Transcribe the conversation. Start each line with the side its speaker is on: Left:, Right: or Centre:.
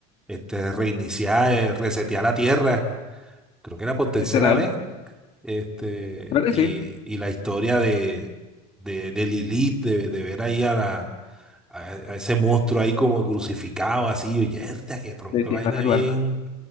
Centre: este, reiniciar, eh, resetear la Tierra, creo que era por tercera
Left: Literal.
Centre: vez. Este,
Left: Creo que
Centre: y,
Left: sí.
Centre: y la historia de, de, de Lilith, de, de ver ahí a, la, a, a ese monstruo ahí como crucificado, así, y yerda, qué tronco,
Left: Sí, sí,
Centre: vaina
Left: la recuerdo.
Centre: bien,